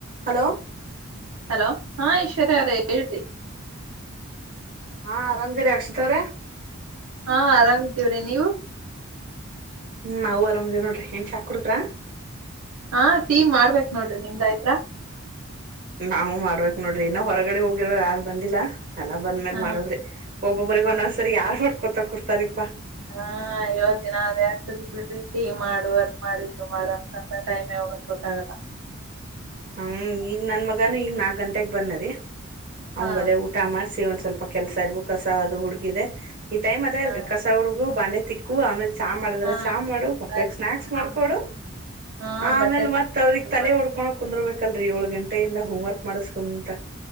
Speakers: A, on the right; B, on the right.
A: ಹಲೋ
B: ಹಲೋ ಹಾ ಐಶ್ವರ್ಯರ ಎಳತಿ
A: ಹಾ ಆರಾಮ್ದಿರಿ ಅಕ್ಷಿತ್ ಅವ್ರ
B: ಹಾ ಆರಾಮ್್ದೀವ್ರಿ ನೀವು
A: ಹ್ಮ್ ನವು ಆರಾಮ್ದೇ ನೋಡ್ರಿ ಏನ್ ಚಾಕ್ ಕುಡುದ್ರ
B: ಹಾ ಟೀ ಮಾಡ್ಬೇಕೇಕ್ ನೋಡ್ರಿ ನಿಮ್ದ ಆಯತ್ರ
A: ನಾವವು ಮಾಡ್ಬೇಕಕ್ ನೋಡ್ರಿ ಇನ್ನು ಹೊರಗಡೆ ಹೋಗಿರ ಯಾರು ಬಂದಿಲ್ಲಾ ಎಲ್ಲಾ ಬಂದ್ಮೇಲ್
B: ಹಾ
A: ಮಾಡದ್ರಿ ಒಬ್ಬೊಬ್ರರಿಗೆಗ್
B: ಹಾ
A: ಒಂದೊಂದ್ಸರಿ ಯಾರ್ ಮಾಡಕೊತ ಕುಡ್ತಾರಪ್ಪಾ
B: ಹಾ ಇವತ್ ದಿನ ಅ ಯಕ್ತ ಬಿಟ್ಟತಿ ಮಾಡು ಅದ್ ಮಾಡು ಇದು ಮಾಡು ಅಂತಂತ ಟೈಮ್ ಹೋಗ ಗೊತ್ತಾಗಲ್ಲ
A: ಹ್ಮ ಈಗ ನನ್ ಮಗನುೂ ಈಗ ನಾಕ್ ಗಂಟೆಗ್ ಬಂದರಿೀ ಅವಂಗದೇ
B: ಹಾ
A: ಊಟ ಮಾಡ್ಸಿ ಒಂದ್ ಸ್ವಲ್ಪ ಕೆಲ್ಸ ಇದ್ವು ಕಸ ಅದು ಹುಡುಗಿದೆದೆ ಈ ಟೈ್ ಅದೇ ಅಲ್ರಿ
B: ಹಾ
A: ಕಸ ಹುಡುಗು ಬಾಂಡೆ ತಿಕ್ಕು ಆಮೇಲ್ ಚಹ ಮಾಡಿದ್ರ
B: ಹಾ
A: ಚಹ ಮಾಡು ಮಕ್ಳಿಗೆ
B: ಅದ್
A: ಸ್ನಾಕ್ಸ್ ಮಾಡ್ಕೊಡು
B: ನಮ್- ಹಾ
A: ಆಮೇಲೆ
B: ಬಟ್ಟೆ ತೆಗಿಬೇಕು
A: ಮತ್ ಅವ್ರಗ್ ತಲೆ
B: ಮಾಡಿ.
A: ಹೊಡ್ಕೊಳ ಬೇಕಲ್ರೀ ಏಳ ಗಂಟೆಯಿಂದ ಹೋಮ್ ವರ್ಕ್ ಮಾಡಸ್ಕೊಂತ